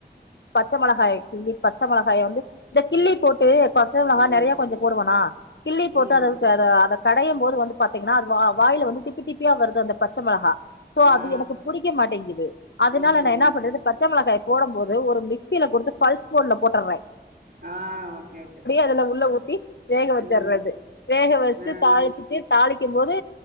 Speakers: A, on the left (about 85°); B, on the right (about 60°).
A: பச்ச மெளகாய கிள்ளி பச்ச மிளகாய வந்து இந்த கிள்ளி போட்டு <unintelligible> கா
B: ம்
A: நெறய கொஞ்ச போடுவனா கிள்ளி போட்டு
B: ம்
A: அததுக்கு அத கடையு போது வந்து பாத்தீங்கனா அது வாயில வந்து திப்பி திப்பியா வருது அந்த பச்ச மெளகா சோ அது
B: ஆ
A: எனக்கு புடிக்க மாட்டேங்குது அதனால
B: ம்
A: நா என்னா
B: ம்
A: பண்றது பச்ச மிளகாய போடும் போது ஒரு மிக்சிய கொடுத்து பள்ஸ் மோடுல போட்டர்றே
B: ஆ ஓகே ஓகே
A: அதுல உள்ள ஊத்தி வேக வச்சறது
B: ம்
A: வேக வச்சுட்டு
B: ஆ
A: தாலிச்சிட்டு தாளிக்கும் போது